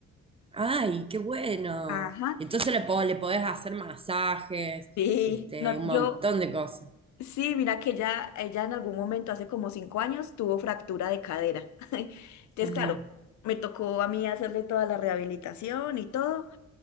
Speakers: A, on the right; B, on the left.
A: Ay, qué bueno.
B: Ajá.
A: Entonces le, po- le podés hacer masajes,
B: Sí,
A: este,
B: no,
A: un montón
B: yo,
A: de cosas.
B: sí, mira que ella, ella en algún momento, hace como cinco años, tuvo fractura de cadera. <laughs> Entonces,
A: Ajá.
B: claro, me tocó a mí hacerle toda la rehabilitación y todo.